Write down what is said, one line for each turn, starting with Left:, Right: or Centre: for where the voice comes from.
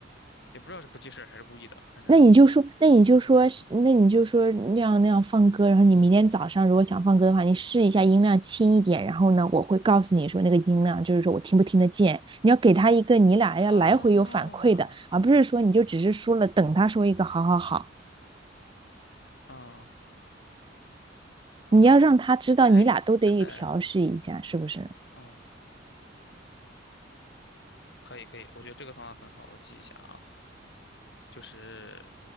Left: 也不知道是不记事儿还是故意的，反正
Right: 那你就说，那你就说是那你就说那样那样放歌，然后你明天早上如果想放歌的话，你试一下音量轻一点，然后呢，我会告诉你说那个音量就是说我听不听得见，你要给他一个你俩要来回有反馈的，
Left: 啊，
Right: 而不是说你就只是说了等他说一个好好好，
Left: 嗯，好的好的，
Right: 你要让他知道你俩都得调试一下，
Left: 哎，真的哎，
Right: 是不是？
Left: 嗯，可以可以，我觉得这个方法很好，我记一下啊，就是